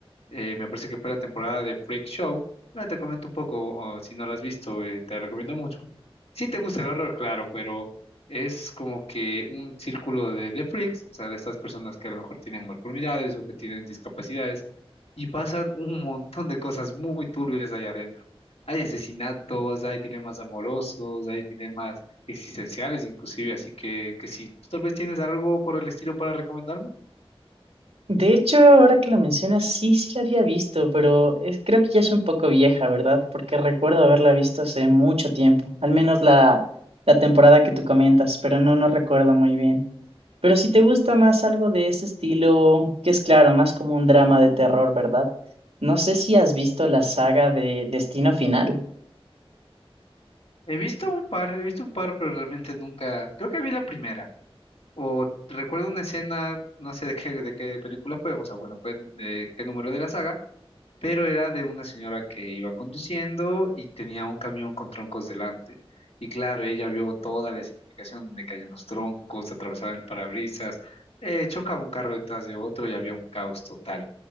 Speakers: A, on the left; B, on the right.
A: eh, me parece que fue la temporada de Freak Show. Ahora te comento un poco, o si no la has visto, eh, te la recomiendo mucho. Si te gusta el horror, claro, pero es como que un círculo de, de freaks, o sea, de estas personas que a lo mejor tienen malformidades o que tienen discapacidades, y pasan un montón de cosas muy turbias allá adentro. Hay asesinatos, hay dilemas amorosos, hay dilemas existenciales inclusive, así que, que si tú tal vez tienes algo por el estilo para recomendarme.
B: De hecho, ahora que lo mencionas, sí, sí la había visto, pero es- creo que ya es un poco vieja, ¿verdad? Porque recuerdo haberla visto hace mucho tiempo, al menos la, la temporada que tú comentas, pero no, no recuerdo muy bien. Pero si te gusta más algo de ese estilo, que es claro, más como un drama de terror, ¿verdad? No sé si has visto la saga de Destino Final.
A: He visto un par, he visto un par, pero realmente nunca. Creo que vi la primera. O recuerdo una escena, no sé de qué, de qué película fue, o sea, bueno, fue de qué número de la saga, pero era de una señora que iba conduciendo y tenía un camión con troncos delante. Y claro, ella vio toda la significación donde caían los troncos, atravesaban el parabrisas, eh, chocaba un carro detrás de otro y había un caos total.